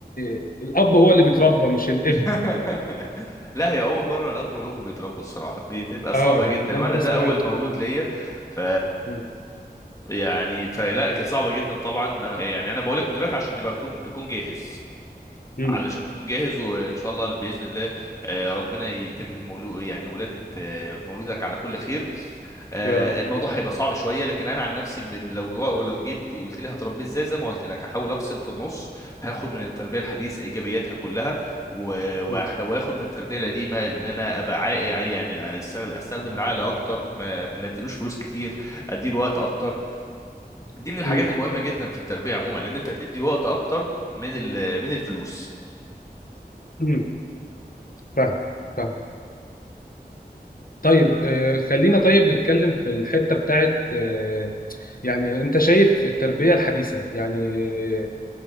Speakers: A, on the left; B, on the left.
A: آه، الاب هو اللي بيتربى مش الابن
B: <laughs> لا هي اول مره الاب والام بيتربوا الصراحه بتبقى صعبه
A: اه يعني
B: جدا
A: ده اللي
B: وانا
A: انا
B: ده
A: سمعته
B: اول مولود ليا ف
A: مم.
B: يعني فلا كانت صعبه جدا طبعا ما- يعني انا بقول لك من دلوقتي عشان تبقى تكون تكون جاهز
A: مم.
B: علشان تكون جاهز وان شاء الله باذن الله آه، ربنا يتم مولو يعني ولاده آه، مولودك على كل خير آه،
A: يا رب
B: الموضوع
A: يا رب
B: هيبقى صعب شويه لكن انا عن نفسي من لو لو جيت قلت لي هتربيه ازاي زي ما قلت لك هحاول افصل في النص هاخد من التربيه الحديثه ايجابياتها كلها و- وهخ-
A: مم.
B: واخد من التربيه القديمه ان انا ابقى عاقل يعني استخدم أستخدم العقل اكتر ما ما اديلوش فلوس كتير اديله وقت اكتر دي من الحاجات
A: مم.
B: المهمه جدا في التربيه عموما ان انت تدي وقت اكتر من ال- من الفلوس
A: مم. فاهم فاهم طيب آه، خلينا طيب نتكلم في الحتة بتاعت آه، يعني انت شايف التربية الحديثة يعني آه،